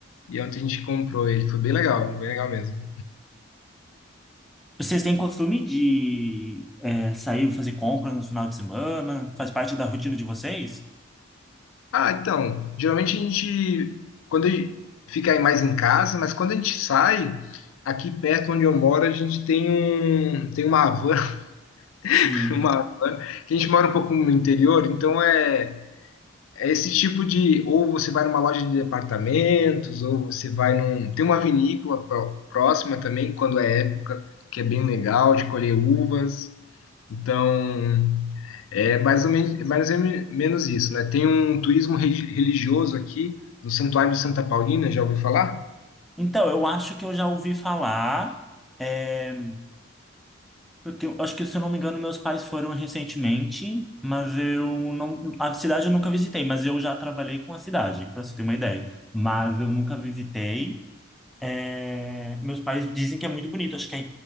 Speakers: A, on the left; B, in the centre.
A: E ontem a gente comprou ele. Foi bem legal, bem legal mesmo.
B: Vocês têm costume de é, sair fazer compras no final de semana? Faz parte da rotina de vocês?
A: Ah, então, geralmente a gente, quando a gente fica aí mais em casa, mas quando a gente sai, aqui perto onde eu moro, a gente tem um, tem uma van,
B: Sim.
A: <laughs> uma van, que a gente mora um pouco no interior, então é, é esse tipo de, ou você vai numa loja de departamentos, ou você vai num, tem uma vinícola pró- próxima também, quando é época, que é bem legal de colher uvas, então... É mais ou, men mais ou menos isso, né? Tem um turismo re- religioso aqui no Santuário de Santa Paulina, já ouviu falar?
B: Então, eu acho que eu já ouvi falar. é, eu tenho- acho que, se eu não me engano, meus pais foram recentemente, mas eu não. A cidade eu nunca visitei, mas eu já trabalhei com a cidade, para você ter uma ideia. Mas eu nunca visitei. É, meus pais dizem que é muito bonito. Acho que